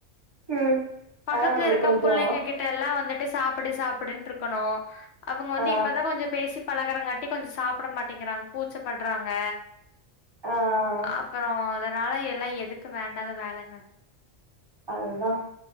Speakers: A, on the right (about 25°); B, on the left (about 65°).
A: ம்
B: பக்கத்துல
A: அதா நம்மளுக்கு
B: இருக்க
A: கொஞ்சோ
B: பிள்ளைங்க கிட்டலா வந்துட்டு சாப்பிடு சாப்பிடனுட்டு இருக்கணோ அவங்க வந்து
A: ஆ
B: இப்பதா கொஞ்சோ பேசிப் பழகரங்காட்டி கொஞ்சம் சாப்பிட மாட்டேங்கிறாங்க கூச்சப்படுறாங்க
A: ஆ
B: அப்புறோ அதனால எல்லா எதுக்கு வேண்டாத வேலைங்க
A: அதுதா